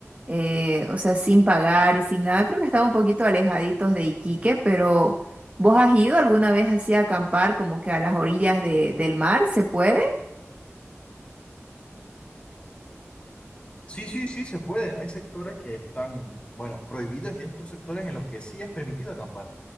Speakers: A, on the right; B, on the left.
A: eh, o sea, sin pagar y sin nada. Creo que están un poquito alejaditos de Iquique, pero ¿vos has ido alguna vez así a acampar, como que a las orillas de- del mar? ¿Se puede?
B: Sí, sí, sí, se puede. Hay sectores que están, bueno, prohibidos y hay otros sectores en los que sí es permitido acampar.